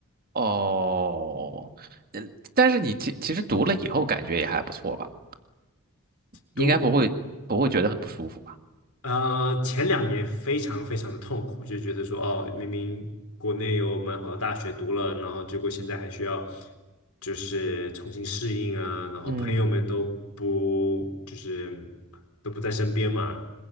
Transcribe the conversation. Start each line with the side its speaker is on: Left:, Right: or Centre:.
Right: 哦，呃但是你其其实读了以后感觉也还不错吧？
Left: 读
Right: 应该不会不会觉得很不舒服吧？
Left: 呃，前两年非常非常的痛苦，就觉得说，哦，明明国内有蛮好的大学读了，然后结果现在还需要就是重新适应啊，然后朋友们都不就是
Right: 嗯，
Left: 都不在身边嘛，